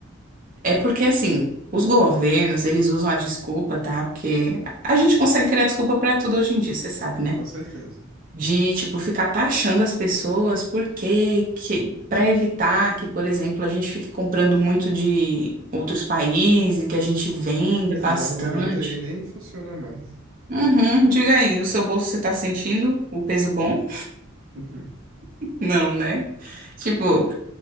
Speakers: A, on the right; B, on the right.
A: é porque, assim, os governos, eles usam a desculpa, tá? Porque a gente consegue criar desculpa pra tudo hoje em dia, você sabe, né?
B: <laughs> Com certeza.
A: de tipo ficar taxando as pessoas porque que para evitar que, por exemplo, a gente fique comprando muito de outros países, que a gente venda
B: Esses
A: bastante.
B: argumentos aí nem funcionam mais.
A: Uhum, diga aí, no seu bolso você tá sentindo o peso bom?
B: Uhum.
A: <laughs> Não, né? Tipo,